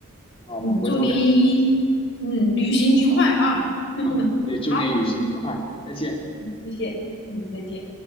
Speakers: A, on the left; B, on the left.
A: 那我们回头聊
B: 嗯，祝你嗯旅行愉快啊，
A: 啊。也祝你旅行愉快，
B: 好，
A: 再见。
B: 谢谢，嗯，再见。